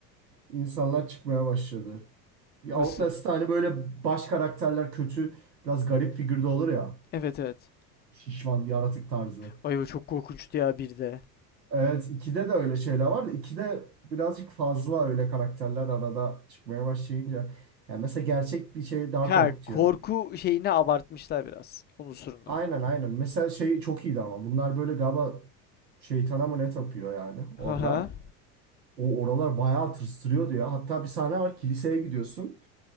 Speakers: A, on the right; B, on the left.
A: insanlar çıkmaya başladı. Ya
B: Nasıl?
A: Outlast'ta hani böyle baş karakterler kötü, biraz garip figürde olur ya.
B: Evet evet.
A: Şişman, yaratık tarzı.
B: Ay o çok korkunçtu ya bir de.
A: Evet, 2'de de öyle şeyler var da 2'de birazcık fazla öyle karakterler arada çıkmaya başlayınca. Yani mesela gerçek bir şey daha
B: Ha
A: korkutuyor
B: korku
A: beni.
B: şeyini abartmışlar biraz. Unsurunu.
A: Aynen
B: Ha
A: aynen. Mesela şey çok iyiydi ama bunlar böyle galiba şeytana mı ne tapıyor yani orada.
B: Haha,
A: O oralar bayağı tırstırıyordu ya. Hatta bir sahne var kiliseye gidiyorsun.